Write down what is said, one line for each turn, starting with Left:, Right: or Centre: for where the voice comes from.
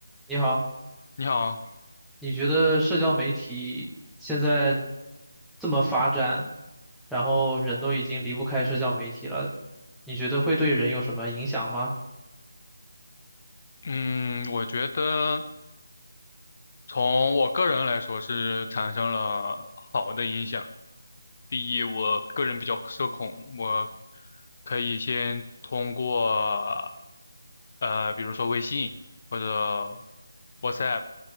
Centre: 你好，
Left: 你好，
Centre: 你觉得社交媒体现在这么发展，然后人都已经离不开社交媒体了，你觉得会对人有什么影响吗？
Left: 嗯，我觉得从我个人来说是产生了好的影响。第一，我个人比较社恐，我可以先通过呃，比如说微信或者 WhatsApp，